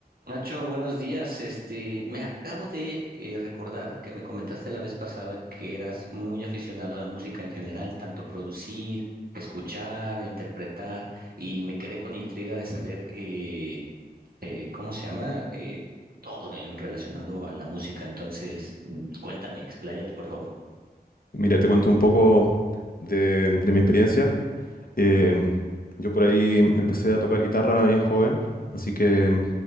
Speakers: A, on the right; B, on the left.
A: Nacho, buenos días. Este, me acabo de eh, recordar que me comentaste la vez pasada que eras muy aficionado a la música en general, tanto producir, escuchar, interpretar, y me quedé con intriga de saber eh, eh, cómo se llama eh, todo en relacionado a la música. Entonces, mm, cuéntame, expláyate, por favor.
B: Mira, te cuento un poco de, de mi experiencia. Em, yo por ahí empecé a tocar guitarra bien joven, así que,